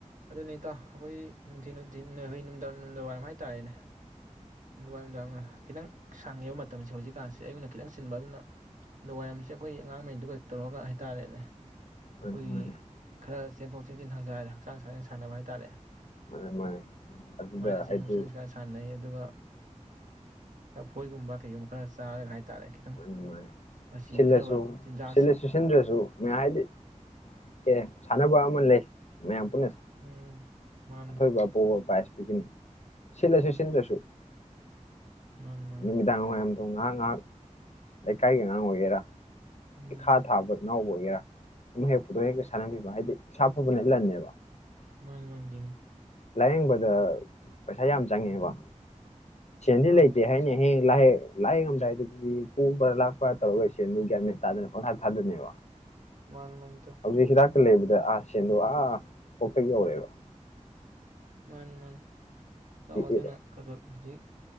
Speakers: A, on the right; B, on the left.
A: ꯑꯗꯨꯅꯤ ꯏꯇꯥꯎ ꯑꯩꯈꯣꯏ ꯅꯨꯡꯊꯤꯜ ꯅꯨꯡꯊꯤꯜ ꯂꯣꯏꯕꯩ ꯅꯨꯡꯗꯥꯡ ꯅꯨꯡꯗꯥꯡ ꯋꯥꯔꯝ ꯍꯥꯏꯇꯔꯦꯅꯦ ꯅꯨꯔꯗꯥꯡꯅ ꯈꯤꯇꯪ ꯁꯪꯉꯦꯕ ꯃꯇꯝꯁꯦ ꯍꯧꯖꯤꯛ ꯀꯥꯟꯁꯦ ꯑꯩꯌꯨꯛꯅ ꯈꯤꯠꯇꯪ ꯆꯤꯟꯕ ꯑꯗꯨꯅ ꯅꯨꯡꯋꯥꯏꯔꯝꯁꯦ ꯑꯩꯈꯣꯏ ꯑꯉꯥꯡ ꯃꯩꯗꯨꯒ ꯇꯧꯔꯒ ꯍꯥꯏꯇꯥꯔꯦꯅꯦ ꯑꯈꯣꯏꯒꯤ
B: ꯃꯥꯅꯤ ꯃꯥꯅꯤ
A: ꯈꯔ ꯆꯦꯟ ꯊꯣꯛ ꯆꯦꯟꯁꯤꯟ ꯐꯥꯖꯔꯦ ꯍꯛꯆꯥꯡ ꯁꯥꯖꯦꯟ ꯁꯥꯟꯅꯕ ꯍꯥꯏꯇꯔꯦ
B: ꯃꯥꯅꯦ ꯃꯥꯅꯦ ꯑꯗꯨꯗ
A: ꯃꯥꯟꯅꯦ ꯆꯦꯟ
B: ꯍꯥꯏꯗꯤ
A: ꯊꯣꯛ ꯆꯦꯟꯁꯤꯟ ꯈꯔ ꯁꯥꯟꯅꯩ ꯑꯗꯨꯒ ꯂꯐꯣꯏꯒꯨꯝꯕ ꯀꯩꯒꯨꯝꯕ ꯈꯔ ꯆꯥꯔꯒ ꯍꯥꯏ ꯇꯥꯔꯦ ꯈꯤꯠꯇꯪ
B: ꯃꯥꯅꯦ ꯃꯥꯅꯦ
A: ꯃꯆꯤ
B: ꯁꯤꯜꯂꯁꯨ
A: ꯑꯣꯏꯅꯕ ꯆꯤꯟꯖꯥꯛꯁꯤ
B: ꯁꯤꯜꯂꯁꯨ ꯁꯤꯟꯗ꯭ꯔꯁꯨ ꯃꯌꯥꯝ ꯍꯥꯏꯗꯤ <inaudible> ꯁꯥꯟꯅꯕ ꯑꯃ ꯂꯩ ꯃꯌꯥꯝ <unintelligible>
A: ꯎꯝ ꯃꯥꯅꯤ
B: ꯑꯩꯈꯣꯢ ꯕꯥꯕꯣꯛ ꯕꯥꯜ ꯄꯔꯤꯖ ꯄꯤꯒꯅꯤ ꯁꯤꯟꯂꯁꯨ ꯁꯤꯟꯗꯔ꯭ꯁꯨ
A: ꯃꯥꯅꯤ ꯃꯥꯅꯤ
B: ꯅꯨꯃꯤꯗꯥꯡ ꯋꯥꯏꯔꯝ ꯉꯥꯏꯍꯥꯛ ꯉꯏꯍꯛ ꯂꯩꯀꯥꯏꯒꯤ ꯑꯉꯟ ꯑꯣꯏꯒꯦꯔꯥ
A: ꯎꯝ
B: ꯏꯈꯥ ꯊꯥꯕꯥ ꯏꯅꯧ ꯑꯣꯏꯒꯦꯔ꯭ ꯑꯃꯥ ꯄꯨꯔꯊꯣꯛ ꯁꯅꯕꯤꯕꯥ ꯍꯥꯏꯗꯤ ꯏꯁꯥ ꯗꯕꯅꯥ ꯂꯥꯟ ꯅꯤ
A: ꯃꯃꯤ ꯆꯨꯝꯃꯤ
B: ꯂꯥꯏꯌꯦꯡꯕꯗ ꯄꯩꯁꯥ ꯌꯥꯝ ꯆꯪ ꯑꯦꯕ ꯁꯦꯜ ꯗꯤ
A: ꯃꯥꯅꯤ
B: ꯂꯩꯇꯦ
A: ꯃꯥꯅꯤ
B: ꯍꯥꯌꯅꯤ
A: ꯆꯨꯝꯃꯤ
B: ꯍꯌꯦꯡ ꯂꯥꯏ ꯂꯥꯏꯌꯦꯡ ꯕꯗꯗꯤ ꯄꯨꯕꯔꯥ ꯂꯛꯄꯔꯥ ꯇꯧꯔꯒꯥ ꯁꯦꯜꯁꯤ ꯒꯌ꯭ꯥꯟ ꯇꯥꯗꯅꯥ ꯄꯪ ꯊꯥ ꯊꯗꯅꯤꯕꯥ
A: ꯃꯥꯅꯤ ꯃꯥꯅꯤ
B: ꯍꯧꯖꯤꯛ ꯍꯤꯗꯥꯛ ꯇꯥ ꯂꯩꯕꯗꯥ ꯁꯦꯜꯗꯨ ꯑꯥꯑꯥ ꯀꯣꯀꯊꯛ ꯌꯧ ꯑ ꯕ
A: ꯃꯅꯤ ꯃꯅꯤ ꯏꯇꯩ ꯑꯗꯨꯅ
B: ꯏꯔꯦ
A: ꯈꯔꯥ ꯈꯔꯥ ꯍꯧꯖꯤꯛ